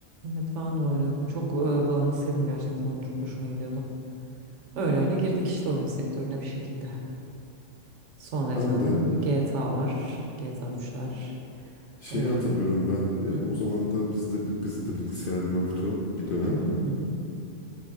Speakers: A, on the right; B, on the left.
A: Evet ben de oynuyordum. Çok e, bağımlısıydım gerçekten. Onun çok hoşuma gidiyordu. Öyle öyle girdik işte oyun sektörüne bir şekilde. Sonra efendim
B: Ben de
A: GTA'lar, GTA 3'ler.
B: şeyi
A: Ee,
B: hatırlıyorum ben e,
A: hı,
B: o zaman da bizde bil- bizde de bilgisayar yoktu bir dönem.
A: hı, hı, hı,